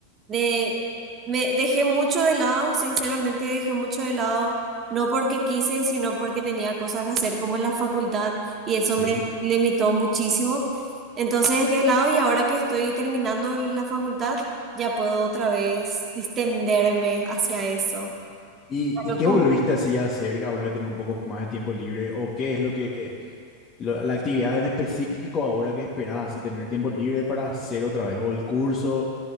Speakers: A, on the right (about 25°); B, on the left (about 25°).
A: De, me dejé mucho de lado, sinceramente dejé mucho de lado, no porque quise, sino porque tenía cosas que hacer como en la facultad y eso
B: sí.
A: me limitó muchísimo. Entonces dejé de lado y ahora que estoy terminando la facultad, ya puedo otra vez distenderme hacia eso.
B: ¿Y, y
A: Claro.
B: qué volviste así a hacer ahora de tener un poco más de tiempo libre? ¿O qué es lo que, lo- la actividad en específico ahora que esperás así tener tiempo libre para hacer otra vez? ¿O el curso?